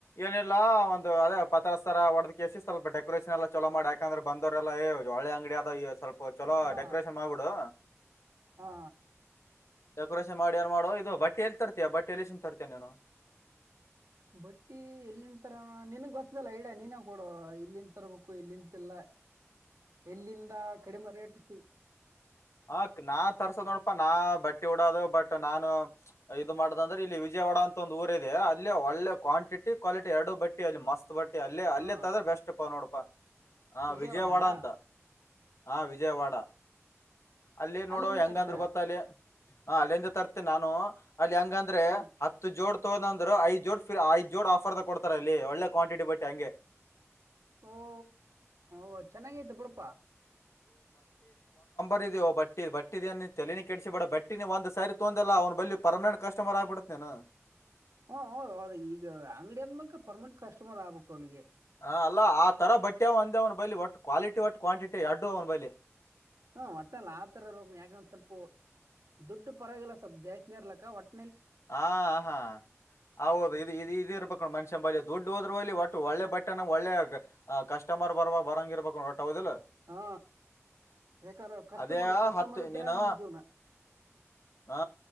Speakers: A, on the left (about 65°); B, on the right (about 80°).
A: ಏನಿಲ್ಲ. ಒಂದು ಅದೇ ಪತ್ರಸ್ತರ ಒಡದ ಕಸ ಸ್ವಲ್ಪ ಡೆಕೋರೇಷನ್ ಎಲ್ಲ ಚಲೋ ಮಾಡಿ ಯಾಕಂದ್ರೆ ಬಂದವರೆಲ್ಲ. ಒಳ್ಳೆ ಅಂಗಡಿಯ ಆದ ಈ ಸ್ವಲ್ಪ ಚಲೋ
B: ಹಾ
A: ಡೆಕೋರೇಷನ್ ಮಾಡ್ಬಿಡು.
B: ಹಾ
A: ಡೆಕೋರೇಷನ್ ಮಾಡಿ. ಏನ್ ಮಾಡೋ ಇದು ಬಟ್ಟೆ ಎಲ್ಲಿ ತರ್ತಯ ಬಟ್ಟೆ ಎಲ್ಲಿ ತರ್ತಿಯ ನೀನು.
B: ಬಟ್ಟಿ ಎಲ್ಲಿನ್ ತರ ನನ್ಗ್ ಗೊತ್ತಲ್ಲ ಐಡಿಯಾ ನೀನ ಕೊಡುವ ಇಲ್ಲಿನ್ ತರ್ಬೇಕು ಇಲ್ಲಿಂತಲ್ಲ. ಎಲ್ಲಿಂದ ಕಡಿಮೆ ರೇಟ್ ಸಿ.
A: ಅಕ್ ನಾ ತರ್ಸೋ ನೋಡ್. ನಾ ಬಟ್ಟಿ ಉಡೋದು ಬಟ್ ನಾನು ಇದು ಮಾಡ್ದ ಅಂದ್ರೆ ಇಲ್ಲಿ ವಿಜಯವಾಡ ಅಂತ. ಮತ್ತೊಂದು ಊರ ಇದೆ ಅಲ್ಲಿ ಒಳ್ಳೆ ಕ್ವಾಂಟಿವಾಲಿಟಿ ಎರಡು ಬಟ್ಟಿ ಅಲ್ಲಿ ಮಸ್ತ್ ಬಟ್ಟಿ ಅಲ್ಲೇ
B: ಹಾ
A: ಅಲ್ಲತ್ತದ್ರೆ ಬೆಸ್ಟ್ಪಾ ನೋಡಪಾ. ಹ
B: ವಿಜಯವಾಡನ
A: ವಿಜಯವಾಡ ಅಂತ ಹಾ ವಿಜಯವಾಡ. ಅಲ್ಲಿ ನೋಡು
B: ಅಲ್ಲಿಂದ
A: ಹೆಂಗಂದ್ರೆ
B: ತರ್ತೀಯ
A: ಗೊತ್ತಲಿ ಹ ಅಲ್ಲಿಂದ ತರ್ತಿ. ನಾನು. ಅಲ್ಲಿ ಹೆಂಗಂದ್ರೆ
B: ಹ್ಮ್
A: ಹತ್ತು ಜೋಡ್. ಅದೊಂದು ಐದ್ ಜೋಡ್ ಐದ್ ಜೋಡ್ ಆಫರ್ ಕೊತಾರೆ ಅಲ್ಲಿ ಒಳ್ಳೆ ಕ್ವಾಂಟಿಟಿ ಬಟ್ಟಿ ಹಂಗೆ.
B: ಓಹ ಓಹ ಚೆನ್ನಾಗೈತ್ತು ಬುಡಪಾ.
A: ರ್ ಇದ ಬಟ್ಟಿ ಬಟ್ಟಿದ ಅ ತಲನಿ ಕೆಡಸಿ ಬಿ ಬಟ್ಟಿ ನೀ ಒಂದ ಸ ತೊಂದಲ್ಲ ಅವ್ ಬಿ ಪರ್ಮನೆಂಟ್ ಕಸ್ಟಮರ್ ಆಗ್ಬಿಡುತ್ತೆ ನೀನು.
B: ಹಾ ಹೌದ್ ಹೌದು ಈಗ ಅಂಗಡಿ ಅಂದ್ಮಕ್ ಪರ್ಮನೆಂಟ್ ಕಸ್ಟಮರ್ ಆಗ್ಬೇಕು ಅವನಿಗೆ.
A: ಹ ಅಲ್ಲ ಆ ತರ ಬಟ್ಟ. ಒಂದ್ ಬಲಿ ಒಟ್ಟ ಕ್ವಾಲಿಟಿ ಒಟ್ಟ. ಕ್ವಾಂಟಿಟಿ ಎರಡ್ಡು ಒಬೈಲಿ.
B: ಹ್ಮ ಒಟ್ಟೆಲ್ಲ ಆತರ ರೋಗ ಯಾಕಂದ ಸ್ವಲ್ಪ ದುಡ್ಡು ಪರವಾಗಿಲ್ಲ ಸ್ವಲ್ಪ ಜಾಸ್ನ ಇರ್ಲಕ್ಕ ಒಟ್ಟ.
A: ಹಾ ಹಾ ಹೌದು ಇ ಇದಿ ಇರ್ಬೇಕ. ಮನುಷ್ಯ ಬಳ ದುಡ್ಡು ಹೋದ್ರಲ್ಲಿ ಒಟ್ಟು ಒಳ್ಳೆ ಬಟ್ಟೆನ ಒಳ್ಳೆ ಕಸ್ಟಮರ್ ಬರ ಬರಂಗ ಇರ್ಬೇಕು. ದ
B: ಹಾ ಯಾಕಂದ್ರೆ ಕಸ್ಟಮರ್
A: ಅದೇ
B: ಕಸ್ಟಮರ್
A: ಹತ್ತು
B: ಇದ್ರೆ
A: ನೀನು
B: ನಮ್ಮ ಜೀವನ
A: ಹ